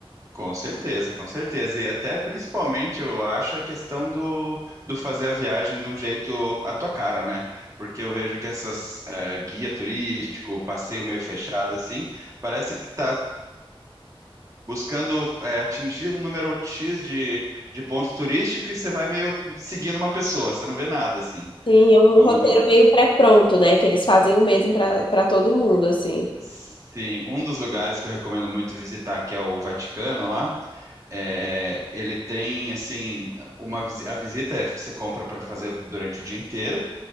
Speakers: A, on the right (about 30°); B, on the left (about 60°).
A: Com certeza, com certeza. E até principalmente eu acho a questão do, do fazer a viagem de um jeito à tua cara, né? Porque eu vejo que essas eh, guia turístico, passeio meio fechado, assim, parece que tá buscando eh, atingir um número X de, de pontos turísticos e você vai meio seguindo uma pessoa, você não vê nada, assim.
B: Sim, é um
A: Então,
B: roteiro meio pré-pronto, né? Que eles fazem o mesmo pra para todo mundo, assim.
A: sim, um dos lugares que eu recomendo muito visitar, que é o Vaticano lá. É, ele tem assim uma visi- a visita é que você compra para fazer durante o dia inteiro